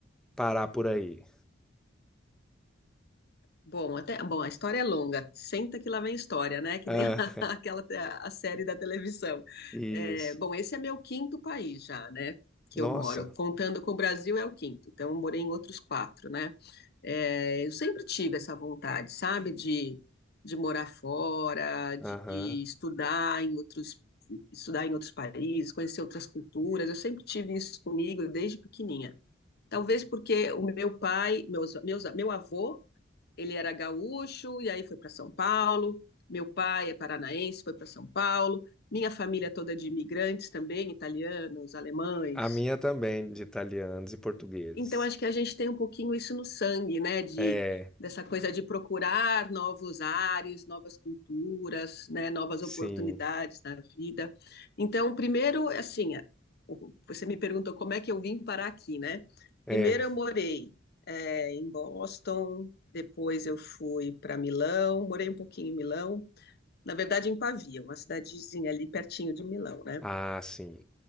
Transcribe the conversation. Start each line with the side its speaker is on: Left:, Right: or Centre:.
Centre: parar por aí?
Left: Bom, até, bom, a história é longa. Senta que lá vem história, né? Que
Centre: Ah,
Left: nem <laughs> aquela a série da televisão.
Centre: isso.
Left: É, bom, esse é meu quinto país já, né? Que
Centre: Nossa,
Left: eu moro. Contando com o Brasil é o quinto. Então, eu morei em outros quatro, né? É, eu sempre tive essa vontade, sabe? De, de morar fora, de,
Centre: aham.
Left: de estudar em outros, estudar em outros países, conhecer outras culturas. Eu sempre tive isso comigo desde pequenininha. Talvez porque o meu pai, meus, meus, meu avô ele era gaúcho e aí foi para São Paulo. Meu pai é paranaense, foi para São Paulo. Minha família toda é de imigrantes também, italianos, alemães,
Centre: A minha também, de italianos e portugueses.
Left: então, acho que a gente tem um pouquinho isso no sangue, né? De,
Centre: É,
Left: dessa coisa de procurar novos ares, novas culturas, né? Novas
Centre: sim,
Left: oportunidades na vida. Então, primeiro, assim, você me perguntou como é que eu vim parar aqui, né?
Centre: é.
Left: Primeiro, eu morei, é, em Boston, depois eu fui para Milão, morei um pouquinho em Milão, na verdade, em Pavia, uma cidadezinha ali pertinho de Milão, né?
Centre: Ah, sim,